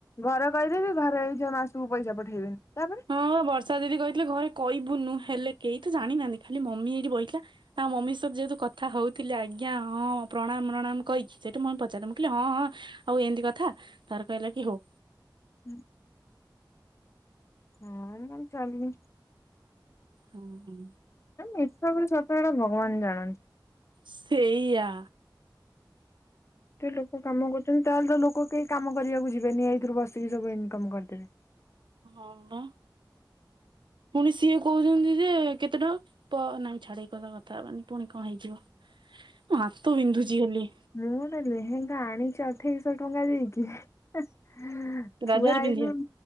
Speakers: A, on the left (about 35°); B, on the right (about 80°).
A: ଘର କହିଦେବି ଘରେ ହେଇଯେ ମାସକୁ ପଇସା ପଠେଇବେନି ତାପରେ
B: ହଁ ବା ବର୍ଷା ଦିଦି କହିଥିଲେ ଘରେ କହିବୁନୁ ହେଲେ କେହି ତ ଜାଣିନାହାନ୍ତି ଖାଲି ମମି ଏଇଠି ବଇଥିଲା ତା ମମି ସହ ଯେହେତୁ କଥା ହଉଥିଲେ ଆଜ୍ଞା ହଁ ପ୍ରଣାମ ପ୍ରଣାମ କହିକି ସେଇଠୁ ମୁଁ ପଚାରିଲି ମୁଁ କହିଲି ହଁ ହଁ ଆଉ ଏମିତି କଥା ତାର କହିଲା କି ହଉ।
A: ଉଁ ହଁ ମୁଁ ଚାଲିଲି
B: ହୁଁ ହୁଁ
A: ଏ ମିଛ କଁ ସତ ହେଇଟା ଭଗବାନ ଜାଣନ୍ତି
B: ସେଇଆ
A: ଏତେ ଲୋକ କାମ କରୁଚନ୍ତି ତାହେଲେ ତ ଲୋକ କେହି କାମ କରିବାକୁ ଯିବେନି ଏଇଥିରୁ ବସିକି ସବୁ ଇନକମ କରିଦେବେ।
B: ହଁ ବା ପୁଣି ସିଏ କହୁଛନ୍ତି ଯେ କେତେ ଟଙ୍କା ପ ନାଇଁ ଛାଡେ ଏଇ କଥା କଥା ହେବାନି ପୁଣି କଁ ହେଇଯିବ ମୋ ହାତ ବିନ୍ଧୁଚି ଖାଲି
A: ମୁଁ ଗୋଟେ ଲେହେଙ୍ଗା ଆଣିଚି ଅଠେଇଶହ ଟଙ୍କା ଦେଇକି ଏ ହୁଁ
B: ରଜରେ
A: ଥୁଆହେଇଥିବ
B: ପିନ୍ଧିବାକୁ